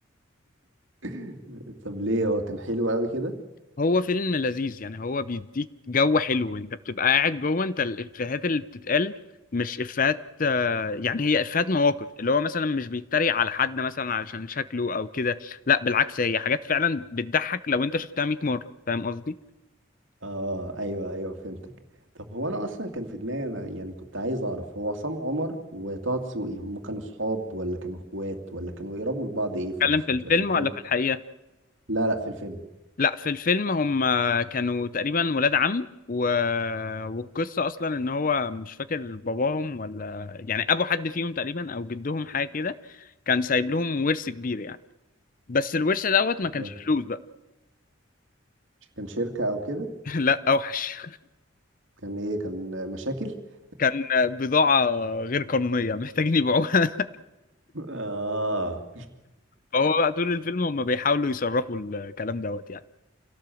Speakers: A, on the right; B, on the left.
A: <laughs> طب ليه هو كان حلو قوي كده
B: هو فيلم لذيذ يعني هو بيديك جو حلو انت بتبقى قاعد جوه انت الافيهات اللي بتتقال مش افيهات آه، يعني هي افيهات مواقف اللي هو مثلا مش بيتريق على حد مثلا علشان شكله او كده لا بالعكس هي حاجات فعلا بتضحك لو انت شفتها 100 مرة فاهم قصدي
A: اه ايوه ايوه فهمتك طب هو انا اصلا كان في دماغي انا يعني كنت عايز اعرف هو عصام عمر وطه دسوقي هم كانوا صحاب ولا كانوا اخوات ولا كانوا يقربوا لبعض ايه في
B: اتكلم
A: المسلسل
B: في الفيلم
A: في الفيلم
B: ولا في الحقيقة
A: لا لا في الفيلم
B: لا في الفيلم هم كانوا تقريبا ولاد عم و... والقصة اصلا ان هو مش فاكر باباهم ولا يعني ابو حد فيهم تقريبا او جدهم حاجة كده كان سايب لهم ورث كبير يعني بس الورث دوت ما كانش
A: آه.
B: فلوس بقى
A: كان شركة او كده
B: <laughs> لا اوحش
A: كان ايه كان مشاكل <laughs>
B: كان بضاعة غير قانونية محتاجين يبيعوها <laughs>
A: اه
B: فهو بقى طول الفيلم هم بيحاولوا يصرفوا الكلام دوت يعني